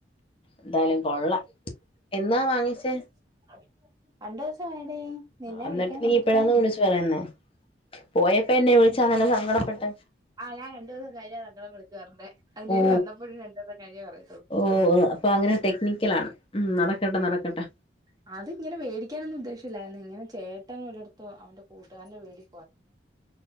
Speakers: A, on the left (about 30°); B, on the right (about 20°).
A: എന്തായാലും കൊള്ളാം എന്നാ വാങ്ങിച്ചേ
B: ആ രണ്ടുസം ആയടി നിന്നെ
A: എന്നിട്ട്
B: വിളിക്കാൻ
A: നീ
B: പറ്റീ
A: ഇപ്പഴാന്ന് വിളിച്ചു പറയുന്നേ പോയപ്പോ എന്നെ വിളിച്ചാന്നല്ലോ സങ്കടപ്പെട്ട്
B: ആ ഞാൻ രണ്ടുസം കഴിഞ്ഞ സങ്കടം വിളിച്ചു പറഞ്ഞെ. അയിന്റെ
A: ഓ
B: ഓര് വന്നപ്പോഴും രണ്ടുസം കിഴിഞ്ഞ വ <unintelligible>
A: ഓ അപ്പൊ അങ്ങനെ ടെക്നിക്കലാണ് ഉം നടക്കട്ടെ നടക്കട്ടെ
B: ആ അത് ഇങ്ങനെ വേടിക്കാനൊന്നു ഉദ്ദേശ ല്ലാര്ന്നു ഇങ്ങനെ ചേട്ടന് ഒരിടത്ത് അവന്റെ കൂട്ട്ക്കാരന്റെ വീടി